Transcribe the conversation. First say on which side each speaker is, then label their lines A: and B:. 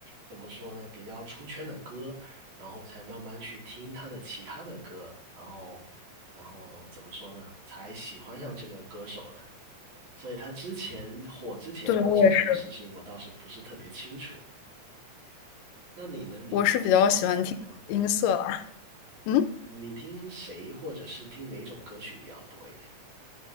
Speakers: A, on the right; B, on the left.
A: 怎么说呢，比较出圈的歌，然后才慢慢去听他的其他的歌，然后，然后怎么说呢，才喜欢上这个歌手的。所以他之前火之前发生什么事情，
B: 对，我也是。
A: 我倒是不是特别清楚。那你呢？你你听什么比较多啊？
B: 我是比较喜欢听音色了。嗯，
A: 你听谁或者是听哪种歌曲比较多一点？